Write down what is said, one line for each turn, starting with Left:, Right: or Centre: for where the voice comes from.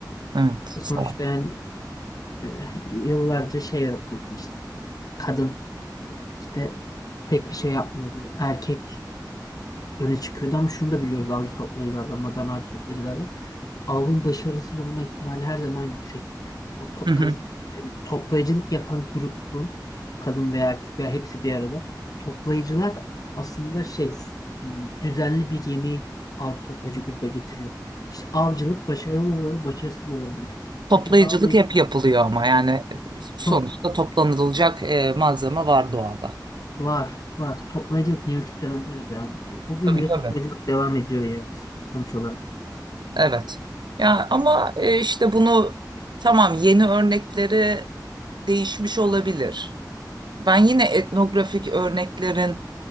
Right: evet.
Left: E Sonuçta
Right: Sağ ol.
Left: yani E, yıllarca şey yapıldı işte. Kadın işte pek bir şey yapmıyordu. Erkek öne çıkıyordu ama şunu da biliyoruz avcı toplayıcılardan, modern avcı toplayıcılardan. Avın başarısız olma ihtimali her zaman yüksek. O to-
Right: <laughs>
Left: kadın, yani toplayıcılık yapan grubun kadın veya erkek veya hepsi bir arada. Toplayıcılar aslında şey m, düzenli bir yemeği avcı toplayıcı gruba getiriyor. İşte avcılık başarılı olabilir, başarısız olabilir.
Right: Toplayıcılık
Left: Kötü bir avda yapılır.
Right: hep yapılıyor ama yani sonuçta
Left: Top, top
Right: toplanılacak e, malzeme var doğada.
Left: Var, var. Toplayıcılık Neolitik dönemde de devam ediyor. Bugün
Right: Tabii
Left: bile
Right: tabii.
Left: toplayıcılık devam ediyor yani sonuç olarak.
Right: Evet. Ya ama e, işte bunu tamam yeni örnekleri değişmiş olabilir. Ben yine etnografik örneklerin